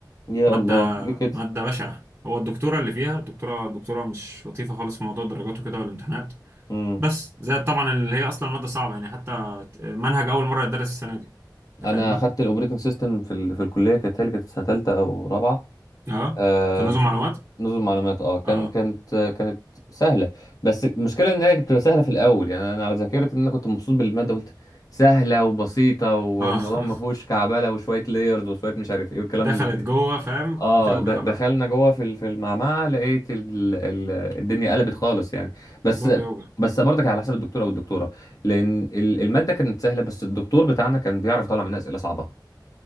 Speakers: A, on the left; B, on the right.
A: يا
B: مادة
A: الله ليه كده
B: مادة بشعة هو الدكتورة اللي فيها دكتورة دكتورة مش لطيفة خالص في موضوع الدرجات وكده والامتحانات
A: امم
B: بس زائد طبعا اللي هي أصلا مادة صعبة يعني حتى منهج أول مرة يتدرس السنة دي
A: انا
B: أنت فاهمنا؟
A: اخدت الاوبريتنج سيستم في ال... في الكلية كانت هي كانت سنة تالتة او رابعة
B: أه
A: آه،
B: في نظم معلومات؟
A: نظم معلومات اه كان
B: أه
A: كانت كانت سهلة بس المشكلة ان هي كانت بتبقى سهلة في الاول يعني انا على ذاكرتي ان انا كنت مبسوط بالمادة قلت سهلة وبسيطة والموضوع
B: أه <laughs>
A: ما فيهوش كعبلة وشوية لايرز وشوية مش عارف ايه والكلام
B: دخلت جوه فاهم
A: اه
B: بتوجع
A: د-
B: بقى
A: دخلنا جوه في ال- في المعمعه لقيت ال... ال... الدنيا قلبت خالص يعني بس
B: الموضوع بيوجع
A: بس برضك على حسب الدكتور او الدكتوره لان ال- الماده كانت سهله بس الدكتور بتاعنا كان بيعرف يطلع منها اسئله صعبه